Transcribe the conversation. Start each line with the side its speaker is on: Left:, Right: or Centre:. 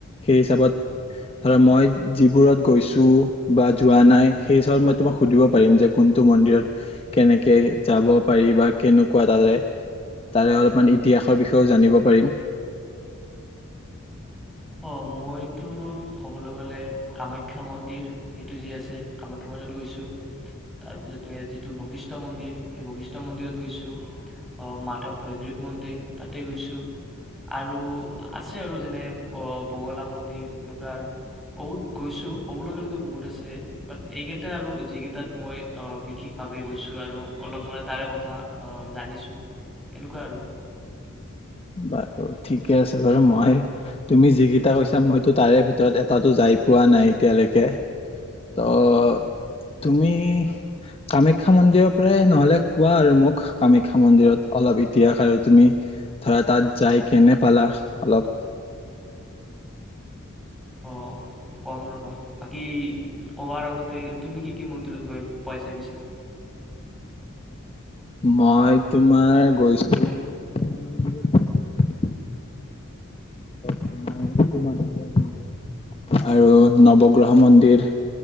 Left: সেই হিচাপত ধৰা মই যিবোৰত গৈছো বা যোৱা নাই সেই হিচাপত মই তোমাক সুধিব পাৰিম যে কোনটো মন্দিৰত কেনেকে যাব পাৰি বা কেনেকুৱা তাৰে তাৰে অলপমান ইতিহাসৰ বিষয়েও জানিব পাৰিম।
Centre: অ', মইতো ক'বলৈ গ'লে কামাখ্যা মন্দিৰ সেইটো যি আছে কামাখ্যা মন্দিৰত গৈছোঁ, তাৰপিছত য়াত যিটো বৈশিষ্ঠ মন্দিৰ সেই বৈশিষ্ঠ মন্দিৰত গৈছোঁ, অ', মাধৱ হয়গ্ৰীৱ মন্দিৰ তাতে গৈছোঁ আৰু আছে আৰু যেনে ব, বগলা মন্দিৰ এনেকুৱা আৰু বহুত গৈছোঁ ক'বলৈ গ'লেতো বহুত আছে বাত এইকেইটা আৰু যিকেইটাত মই আ, বিশেষভাৱে গৈছোঁ আৰু অলপ মানে তাৰে কথা আ, জানিছোঁ এনেকুৱা আৰু।
Left: বাৰু ঠিকে আছে বাৰু মই তুমি যিকেইটা কৈছা মইতো তাৰে ভিতৰত এটাতো যায় পোৱা নাই এতিয়ালৈকে, ত' তুমি কামাখ্যা মন্দিৰৰ পৰাই নহ'লে কোৱা আৰু মোক কামাখ্যা মন্দিৰত অলপ ইতিহাস আৰু তুমি ধৰা তাত যায় কেনে পালা? অলপ
Centre: অঁ, কম ৰ'বা বাকী কোৱাৰ আগতে তুমি কি, কি মন্দিৰত গৈ পাইছা পিছে?
Left: মই তোমাৰ গৈছো টিলিঙা মন্দিৰত গৈছোঁ। তোমাৰ উমানন্দ মন্দিৰ আৰু নৱগ্ৰহ মন্দিৰ